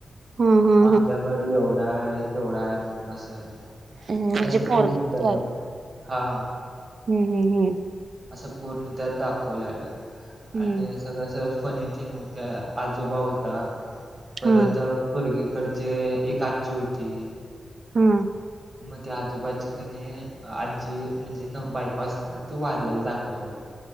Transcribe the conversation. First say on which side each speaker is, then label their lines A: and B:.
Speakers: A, on the right; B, on the right.
A: हम. हम.
B: आमच्याकडं एवढा आहे तेवढा हाय म्हणून असं.
A: हम्म म्हणजे
B: असं
A: पोरग्याची
B: पूर्ण त्यात दाखवलेलं. हा.
A: हम् हम् हम्.
B: असं पूर्ण त्या दाखवलेलं.
A: हम्म
B: आणि सगळं असं फनी थीम होत्या. आजोबा होता. परत
A: हम्म
B: पुरगी कडचे एक आजी होती.
A: हम्म.
B: मग त्या आजोबाची कनी आजी म्हणजे नवं बायको असता ना हे तु वारलेली दाखवलेली.